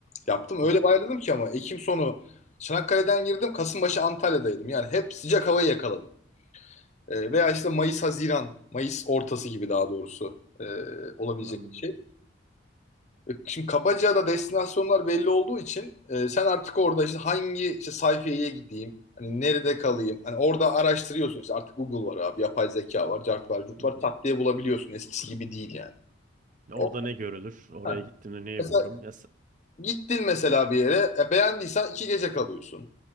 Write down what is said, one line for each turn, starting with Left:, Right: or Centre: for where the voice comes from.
Left: yaptım.
Right: Hı
Left: Öyle bayladım ki ama Ekim sonu Çanakkale'den girdim. Kasım başı Antalya'daydım. Yani hep sıcak havayı yakaladım. E, veya işte Mayıs-Haziran, Mayıs ortası gibi daha doğrusu e, olabilecek
Right: Anladım.
Left: bir şey. E, Şimdi kabaca da destinasyonlar belli olduğu için e, sen artık orada işte hangi işte sayfaya gideyim, hani nerede kalayım, hani orada araştırıyorsun işte artık Google var abi, yapay zeka var, cart var, curt
Right: Hı
Left: var,
Right: hı.
Left: tak diye bulabiliyorsun eskisi gibi değil yani.
Right: Orada
Left: O-
Right: ne görülür? Oraya
Left: ha.
Right: gittiğimde neyi
Left: Mesela
Right: bulurum? Ya, s-
Left: gittin mesela bir yere, e, beğendiysen iki gece kalıyorsun,